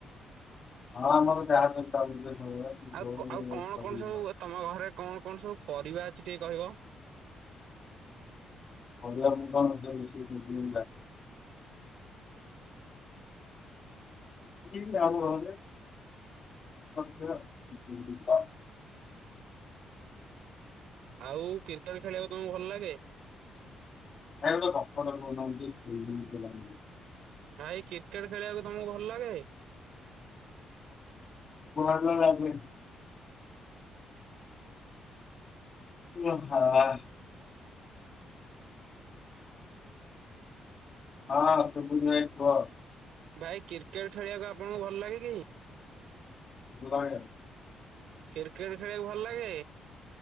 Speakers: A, on the left; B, on the right.
A: ହଁ ଆମର ଯାହାଜ ଚାଲୁଚିବା ସବୁବେଳେ।
B: ଆଉ
A: ଯୋଉ
B: ଆଉ କଣ
A: ସବୁ ପରିବା
B: କଣ ସବୁ ତମ ଘରେ କଣ କଣ ସବୁ ପରିବା ଅଛି ଟିକେ କହିବ?
A: ପାରିବା ମୁଁ କଣ ରୋଷେଇ କରୁଛି ଜାଣିବି। <unintelligible> <unintelligible>
B: ଆଉ କ୍ରିକେଟ ଖେଳିବାକୁ ତୁମକୁ ଭଲ ଲାଗେ?
A: ଭାଇ ଗୋଟେ ଗପଟେ କହୁନା ମୁଁ ଟିକେ ଶୁଣନ୍ତି ନିଦ ଲାଗୁଚି।
B: ଭାଇ କ୍ରିକେଟ ଖେଳିବାକୁ ତମକୁ ଭଲ ଲଗେ?
A: ଭଲ ଲାଗେ। ଆହାଃ। ହଁ ଶୁଭୁଚି ଭାଇ କୁହ?
B: ଭାଇ କ୍ରିକେଟ ଖେଳିବାକୁ ଆପଣଙ୍କୁ ଭଲ ଲାଗେ କି?
A: ଭଲଲାଗେ।
B: କ୍ରିକେଟ ଖେଳିବାକୁ ଭଲ ଲାଗେ?